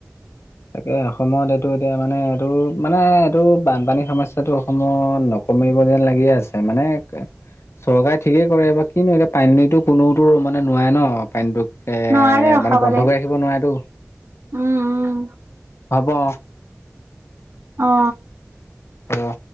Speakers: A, on the left; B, on the right.
A: তাকে অসমত এইটো এতিয়া মানে এইটো মানে এইটো বানপানীৰ সমস্যাটো অসমত নকৰে কমিব যেন লাগিয়ে আছে মানে চৰকাৰে ঠিকেই কৰে বা কিনো এতিয়া পানীতো কোনোতো মানে নোৱাই ন পানীটো
B: নোৱাৰে ৰখাবলে
A: মানে বন্ধ কৰি ৰাখিব নোৱাৰে তো
B: উম উম
A: হ'ব
B: অ
A: অ